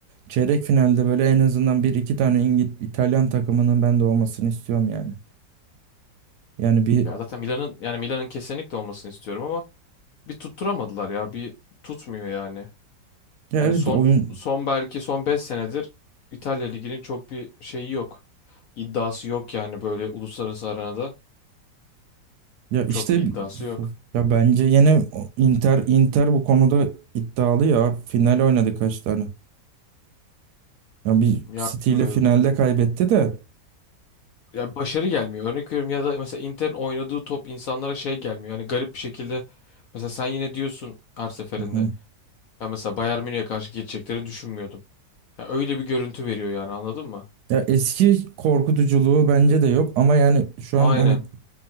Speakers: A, on the right; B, on the left.
A: çeyrek finalde böyle en azından bir iki tane İngiliz İtalyan takımının ben de olmasını istiyorum yani. Yani bir
B: Ya zaten Milan'ın yani Milan'ın kesinlikle olmasını istiyorum ama bir tutturamadılar ya. Bir tutmuyor yani.
A: ya
B: Yani
A: evet
B: son
A: oyun
B: son belki son 5 senedir İtalya Ligi'nin çok bir şeyi yok. İddiası yok yani böyle uluslararası arenada.
A: ya işte
B: Çok bir iddiası yok.
A: ya bence yine o- Inter Inter bu konuda iddialı ya final oynadı kaç tane. Ya bir
B: Ya
A: City
B: bilmiyorum.
A: ile finalde kaybetti de.
B: Ya başarı gelmiyor. Örnek veriyorum ya da mesela Inter'in oynadığı top insanlara şey gelmiyor. Yani garip bir şekilde mesela sen yine diyorsun her seferinde.
A: Hı hı.
B: Ben mesela Bayern Münih'e karşı geçeceklerini düşünmüyordum. Ya öyle bir görüntü veriyor yani anladın mı?
A: Ya eski korkutuculuğu bence de yok ama yani şu
B: Aynen.
A: an hani